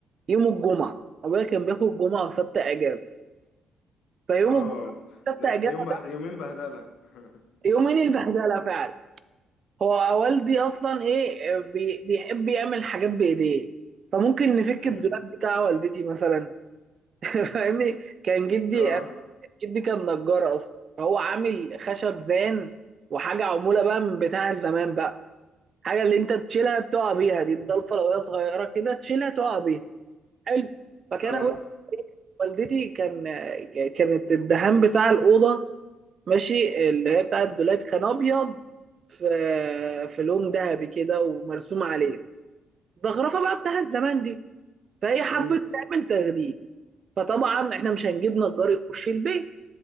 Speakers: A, on the right; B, on the left.
A: يوم الجمعه ابويا كان بياخد جمعه وسبت اجازه فيوم
B: اه
A: الجمعه سبت
B: ده
A: اجازه
B: ده يوم به... يومين بهدلة <laughs>
A: يومين البهدله فعلا هو والدي اصلا ايه بي بيحب يعمل حاجات بايديه فممكن نفك
B: أمم،
A: الدولاب بتاع والدتي مثلا <laughs> فاهمني كان جدي
B: اه
A: جدي كان نجار اصلا فهو عامل خشب زان وحاجه عموله بقى من بتاع زمان بقى حاجه اللي انت تشيلها تقع بيها دي الضلفه لو هي صغيره كده تشيلها تقع بيها حلو فكان
B: اه
A: ابويا والدتي كان كانت الدهان بتاع الاوضه ماشي اللي هي بتاع الدولاب كان ابيض في في لون ذهبي كده ومرسوم عليه الزخرفه بقى بتاع الزمان دي فهي حبت
B: <laughs> أمم،
A: تعمل تجديد فطبعا احنا مش هنجيب نجار يخش البيت